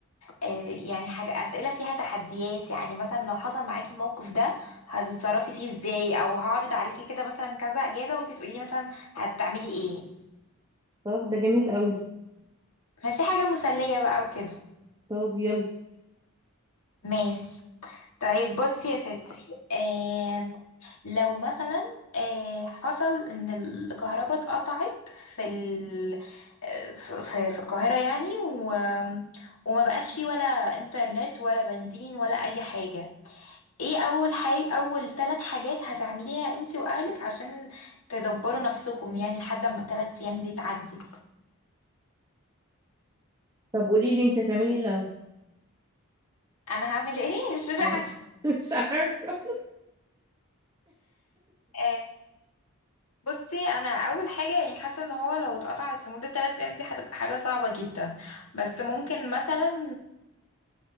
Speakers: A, on the left; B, on the right.
A: آه يعني حاجة اسئلة فيها تحديات يعني مثلا لو حصل معاكي الموقف ده هتتصرفي فيه ازاي او هعرض عليكي كده مثلا كذا اجابة وانت تقولي لي مثلا هتعملي ايه
B: طب ده جميل قوي
A: ماشي حاجة مسلية بقى وكده
B: طب يلا
A: ماشي طيب بصي يا ستي آم، لو مثلا آه، حصل ان الكهرباء اتقطعت في ال... آه، في في في القاهرة يعني و... وما بقاش فيه ولا انترنت ولا بنزين ولا اي حاجة ايه اول حاجة اول ثلاث حاجات هتعمليها انتي واهلك عشان تدبروا نفسكم يعني لحد ما الثلاث ايام دي تعدي
B: طب قولي لي انت هتعملي ايه الاول
A: انا هعمل ايه <laughs> اشمعنى
B: اه <laughs> مش عارفه
A: آه، بصي انا اول حاجه يعني حاسه ان هو لو اتقطعت لمده 3 ايام دي هتبقى حاجه صعبه جدا بس ممكن مثلا